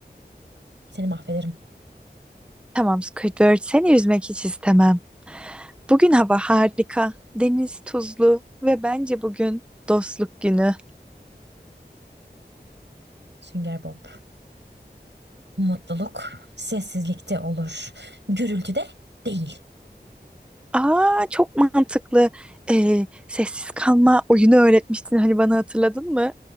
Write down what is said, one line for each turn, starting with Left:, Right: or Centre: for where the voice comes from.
Right: seni mahvederim.
Centre: Tamam Squidward seni üzmek hiç istemem. Bugün hava harika, deniz tuzlu ve bence bugün dostluk günü.
Right: Sünger Bob, mutluluk sessizlikte olur, gürültüde değil.
Centre: Aa çok mantıklı. Ee, sessiz kalma oyunu öğretmiştin hani bana hatırladın mı?